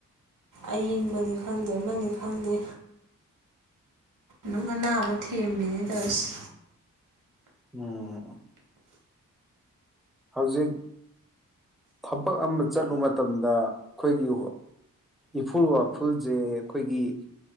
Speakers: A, on the right; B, in the centre.
A: ꯑꯌꯤꯡꯕꯅꯤ ꯈꯪꯗꯦ ꯑꯃꯅꯤ ꯈꯪꯗꯦ ꯗꯨꯡ ꯑꯅꯥꯕ ꯊꯦꯝꯕꯤꯅꯤ ꯇꯧꯔꯤꯁꯤ
B: ꯎꯝ ꯍꯧꯖꯤꯛ ꯊꯕꯛ ꯑꯃ ꯆꯠꯂꯨ ꯃꯇꯝꯗ ꯑꯈꯣꯏꯒꯤ ꯏꯐꯨꯜ ꯋꯥꯐꯨꯜꯁꯦ ꯑꯈꯣꯏꯒꯤ